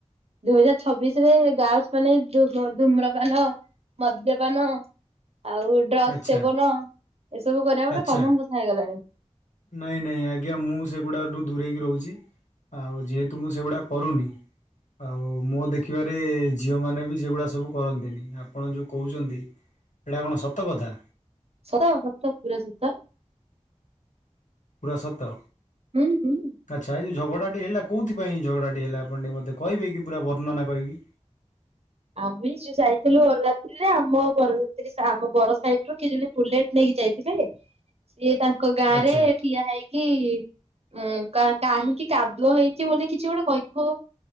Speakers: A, on the right (about 55°); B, on the left (about 85°).
A: ଦୁଇ ହଜାର ଛବିଶରେ ଗାର୍ଲସ ମାନେ ଧୁମ୍ରପାନ ମଦ୍ୟପାନ ଆଉ ଡ୍ରଗ୍ସ
B: ଆଚ୍ଛା
A: ସେବନ ଏସବୁ କରିବା ଗୋଟେ
B: ଆଚ୍ଛା।
A: କମନ କଥା ହେଇଗଲାଣି।
B: ନାଇଁ ନାଇଁ ଆଜ୍ଞା ମୁଁ ସେଗୁଡ଼ାଠୁ ଦୂରେଇକି ରହୁଛି। ଆଉ ଯେହେତୁ ମୁଁ ସେଗୁଡ଼ା କରୁନି ଆଉ ମୋ ଦେଖିବାରେ ଝିଅ ମାନେ ବି ସେଗୁଡା ସବୁ କରନ୍ତିନି ଆପଣ ଯୋଉ କହୁଛନ୍ତି ଏଟା କଣ ସତ କଥା?
A: ସତ ସତ ପୁରା ସତ।
B: ପୁରା ସତ
A: ହୁଁ ହୁଁ।
B: ଆଚ୍ଛା ଏ ଝଗଡ଼ାଟି ହେଲା କୋଉଥିପାଇଁ ଝଗଡ଼ାଟି ହେଲା ଆପଣ ଟିକ ମୋତେ କହିବେ କି ପୁରା ବଣ୍ଣନା କରିକି
A: ଆମେ ଯୋଉ ଯାଇଥିଲୁ ବରରାତ୍ରିରେ ଆମ ବରଯାତ୍ରି ଆମ ବର ସାଇଡରୁ କି ଜଣ ବୁଲେଟ ନେଇକି ଯାଇଥିଲେ ସିଏ ତାଙ୍କ ଗାଁ
B: ଆଚ୍ଛା
A: ରେ ଠିଆ ହେଇକି ଉଁ କାହିଁକି କାଦୁଅ ହେଇଛି ବୋଲି କିଛି ଗୋଟେ କହିଥିବ